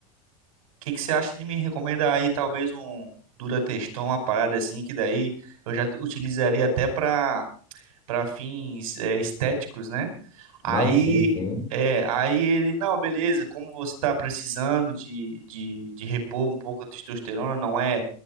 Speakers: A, on the right; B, on the left.
A: que que você acha de me recomendar aí talvez um Durateston, uma parada assim, que daí eu já utilizaria até pra para fins é, estéticos, né? Aí,
B: Não, sim, sim.
A: é, aí ele, não, beleza, como você está precisando de, de, de repor um pouco a testosterona, não é,